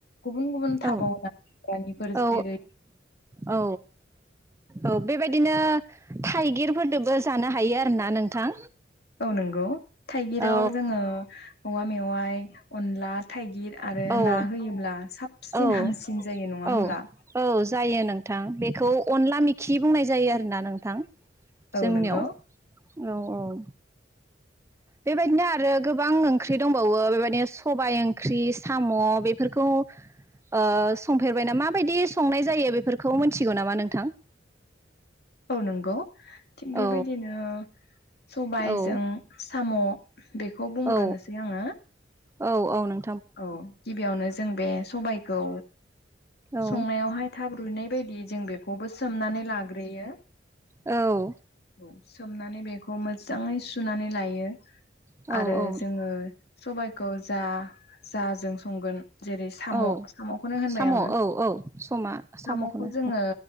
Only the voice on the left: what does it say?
गुबुन गुबुन थाबावनो
हाग्रानिफोर
जेरै
औ नंगौ थाइगिराव
जोङो औवा मेवाइ अनला थाइगिर आरो
ना होयोब्ला साब सिन
हामसिन जायो नङा
होमब्ला
औ नंगौ
औ नंगौ थिग बेबायदिनो
सबायजों
साम' बेखौ बुंग्रोनोसै
आङो
औ गिबियावनो जों बे सबायखौ
संनायावहाय थाब रुनाय बायदि जों बेखौबो सोमनानै लाग्रोयो
औ सोमनानै बेखौ मोजाङै सुनानै लायो
आरो
जोङो सबायखौ जा जाजों संगोन जेरै साम
साम'खौनो होनबाय
आङो
सामखौ जोङो